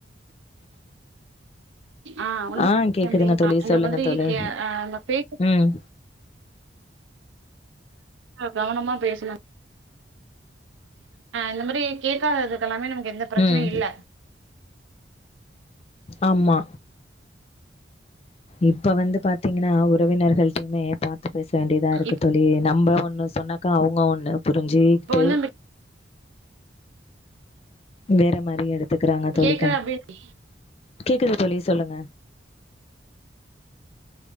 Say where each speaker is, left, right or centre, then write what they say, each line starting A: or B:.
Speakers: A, on the right; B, on the left.
A: ஆஹ்
B: ஆ
A: <inaudible>
B: கேக்குதுங்க தோழி
A: அங்க
B: சொல்லுங்க
A: மாதிரி்
B: தோழி
A: அந்த பேச
B: ம்
A: கவனமா பேசலா இந்த மாதிரி கேட்காததுக்கெல்லாமே எந்த பிரச்சனையு
B: ம்
A: இல்ல
B: ஆமா இப்ப வந்து பாத்தீங்கன்னா உறவினர்கள்டையுமே பாத்து பேச வேண்டியதா இருக்கு
A: இப்ப
B: தோழி நம்ம ஒண்ணு சொன்னாக்கா அவங்க ஒண்ணு புரிஞ்சிட்டு
A: வந்து நம்ம
B: வேற மாரி எடுக்கு எடுத்துக்கிறாங்க தோழி
A: கேக்குற அப்டின்னு
B: கேக்குது தோழி சொல்லுங்க